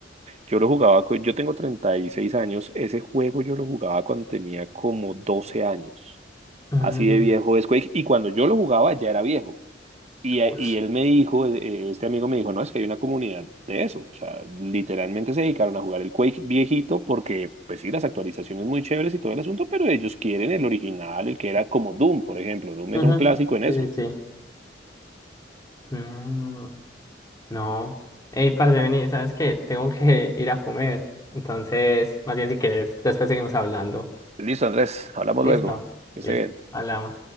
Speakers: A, on the right (about 35°); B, on the left (about 20°).
A: Yo lo jugaba, cu- yo tengo 36 años, ese juego yo lo jugaba cuando tenía como 12 años,
B: Mm,
A: así de viejo es Quake, y cuando yo lo jugaba ya era viejo. Y, eh,
B: ush.
A: y él me dijo, eh, este amigo me dijo, no, es que hay una comunidad de eso, o sea, literalmente se dedicaron a jugar el Quake viejito porque, pues sí, las actualizaciones muy chéveres y todo el asunto, pero ellos quieren el original, el que era como Doom, por ejemplo, Doom
B: Ujú.
A: es un clásico en
B: Sí,
A: eso.
B: sí, sí. Mm, no. Ey, parce, vení, ¿sabes qué? Tengo que <laughs> ir a comer. Entonces, más bien si quieres, después seguimos hablando.
A: Listo, Andrés, hablamos
B: Listo,
A: luego,
B: listo,
A: que esté bien.
B: hablamos.